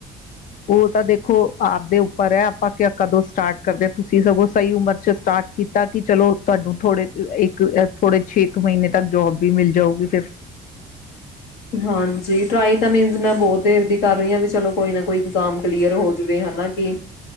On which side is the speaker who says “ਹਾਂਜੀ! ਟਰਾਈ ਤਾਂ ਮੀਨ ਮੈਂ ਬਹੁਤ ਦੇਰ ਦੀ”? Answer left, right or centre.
Left